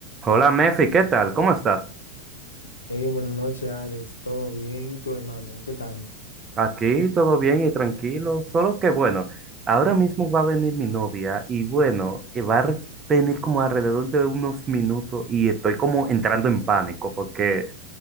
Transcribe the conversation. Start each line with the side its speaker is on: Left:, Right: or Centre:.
Right: Hola Mefi, ¿qué tal? ¿Cómo estás?
Left: Hey, buenas noches, Alex. ¿Todo bien? ¿Y tu hermano? ¿Qué tal?
Right: Aquí todo bien y tranquilo, solo que bueno, ahora mismo va a venir mi novia y bueno, eh, va a re- venir como alrededor de unos minutos y estoy como entrando en pánico porque